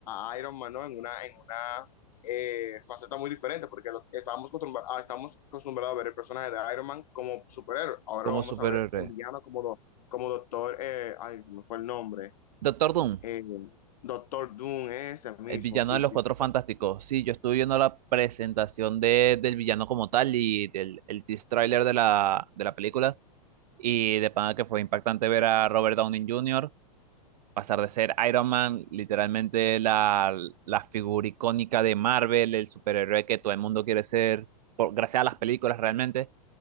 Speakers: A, on the left; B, on the right.
A: a, a Iron Man ¿no? en una, en una eh, faceta muy diferente, porque lo, estábamos, acostumbrados, ah, estábamos acostumbrados a ver el personaje de Iron Man como superhéroe, ahora
B: como
A: lo vamos
B: superhéroe.
A: a ver en villano como, do, como doctor, eh, ay, se me fue el nombre,
B: Doctor Doom,
A: eh, Doctor Doom, ese mismo,
B: el villano
A: sí,
B: de los
A: sí,
B: Cuatro
A: sí.
B: Fantásticos. Sí, yo estuve viendo la presentación de- del villano como tal y del, el tease trailer de la, de la película. Y de pana que fue impactante ver a Robert Downey Jr. pasar de ser Iron Man, literalmente la, la figura icónica de Marvel, el superhéroe que todo el mundo quiere ser, por, gracias a las películas realmente,